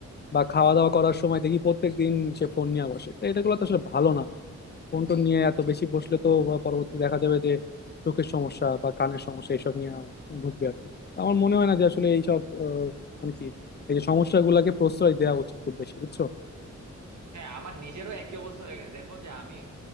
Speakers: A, on the left; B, on the right.
A: বা খাওয়া দাওয়া করার সময় দেখি প্রত্যেক দিন সে ফোন নিয়ে বসে তো এটাগুলো তো আসলে ভালো না ফোন টোন নিয়ে এত বেশি বসলে তো পরবর্তী দেখা যাবে যে চোখের সমস্যা বা কানের সমস্যা এইসব নিয়ে ভুগবে আর কি তো আমার মনে হয় না যে আসলে এইসব আহ, মানে কি এই যে সমস্যাগুলোকে প্রশ্রয় দেওয়া উচিত খুব বেশি বুঝছো
B: হ্যাঁ আমার নিজেরও একই অবস্থা হয়ে গেছে দেখো যে আমি